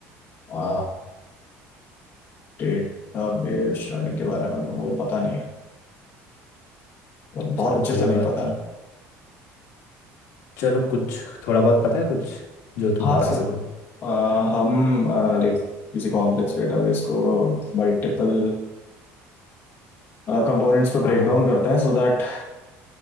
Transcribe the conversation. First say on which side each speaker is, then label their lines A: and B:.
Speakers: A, on the left; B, on the left.
A: आ डेटा बेस स्टार्टिंग के बारे में तो मुझे पता नहीं है बहुत
B: चलो
A: अच्छे
B: कोई
A: से नहीं
B: बात
A: पता
B: नहीं
A: है
B: चलो कुछ थोड़ा बहुत पता है कुछ जो तुम
A: हाँ
B: बता
A: सर
B: सको
A: आ, हम लाइक किसी कॉम्प्लेक्स डेटाबेस को मल्टीपल कंपोनेंट्स पर ब्रेक
B: हाँ हाँ
A: डाउन करते हैं सो दैट